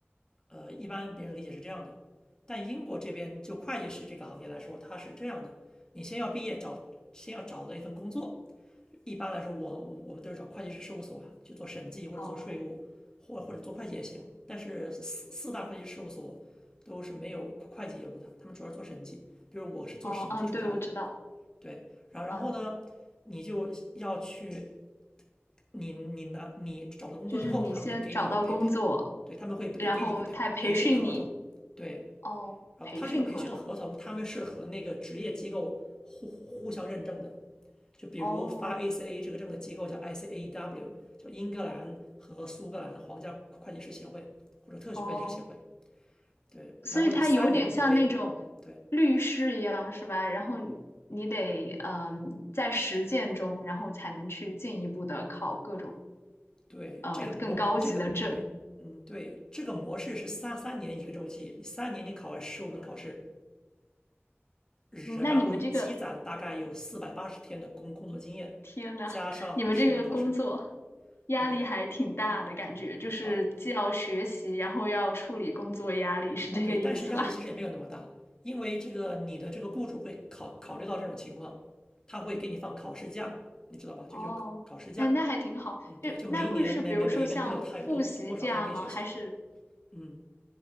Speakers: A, on the left; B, on the left.
A: 呃，一般别人理解是这样的，但英国这边就会计师这个行业来说，它是这样的：你先要毕业找，先要找到一份工作，一般来说我，我我们都是找会计师事务所啊去做审计或者做税务，
B: 哦，
A: 或或者做会计也行。但是四四大会计事务所都是没有会计业务的，他们主要做审计。比如我是做审计出家的，
B: 哦，嗯，对，我知道，
A: 对。然后然后呢，
B: 嗯，
A: 你就要去你你拿你找到工作之后，
B: 就是你先找到工作，
A: 他们会给你一个培培，对他们会给给你一个培培训合同，
B: 然后他培训你，
A: 对。
B: 哦，
A: 然后他这个培训合同，
B: 培训合同，
A: 他们是和那个职业机构互互相认证的。就比如发
B: 哦，
A: ACA 这个证的机构叫 ICAEW，叫英格兰和苏格兰皇家会计师协会或者特许会计师协会。
B: 哦。
A: 对，
B: 所以它有点像那种
A: 然后以三年为，嗯，对
B: 律师一样，是吧？然后你你得嗯，在实践中，然后才能去进一步的考各种
A: 对，
B: 呃更高级的证。
A: 这个模这个对，嗯对，这个模式是三三年一个周期，你三年你考完十五门考试，然然后你积攒大概有四百八十天的工工作经验，
B: 嗯，那你们这个，天呐，
A: 加上十五门考试，
B: 你们这个工作压力还挺大的感觉，
A: 嗯
B: 就是既要学习，
A: 啊，呃
B: 然后要处理工作压力，是这个意思吧？
A: 哦，对，但是压力其实也没有那么大，因为这个你的这个雇主会考考虑到这种情况，他会给你放考试假，你知道吧？就就考试假，
B: 哦，哎，那还挺好。
A: 嗯，对，
B: 就那会是比如说像复习假吗？
A: 就每一年每每每一门课他有多多多少天给你学习，
B: 还是？
A: 嗯，